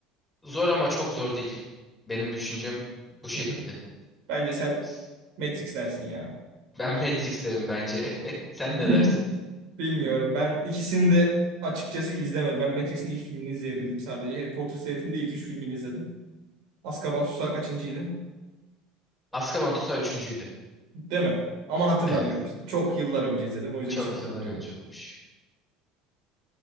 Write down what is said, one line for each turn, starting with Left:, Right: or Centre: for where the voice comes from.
Centre: zor ama çok zor değil. Benim düşüncem bu şekilde.
Right: Hı hı. Bence sen
Centre: S-
Right: Matrix dersin ya.
Centre: Ben <laughs> Matrix derim bence. <laughs> Sen
Right: <laughs>
Centre: ne dersin?
Right: Bilmiyorum. Ben ikisini de açıkçası izlemedim. Ben Matrix'in ilk filmini izleyebildim sadece. Harry Potter serisinin de ilk üç filmini izledim. Azkaban Susağı kaçıncıydın?
Centre: Azkaban Tutsağı üçüncüydü.
Right: Değil mi? Ama hatırlamıyorum
Centre: Evet.
Right: işte. Çok yıllar önce izledim. O yüzden
Centre: Çok
Right: hiç hatırlamıyorum.
Centre: yıllar önce olmuş.